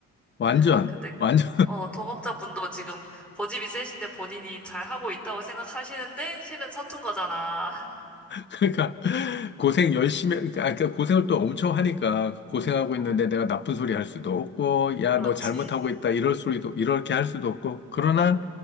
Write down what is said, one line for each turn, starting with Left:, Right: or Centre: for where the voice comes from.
Left: 완전
Centre: <laughs> 근데 그,
Left: 완전
Centre: 어, 동업자분도 지금 고집이 세신데 본인이 잘 하고 있다고 생각하시는데, 실은 서툰 거잖아. <laughs>
Left: 그러니까 고생 열심히 그러니까, 아, 그러니까 그 고생을 또 엄청 하니까 고생하고
Centre: 어,
Left: 있는데 내가 나쁜 소리 할 수도 없고 야
Centre: 그렇지.
Left: 너 잘못하고 있다 이럴 소리도 이렇게 할 수도 없고 그러나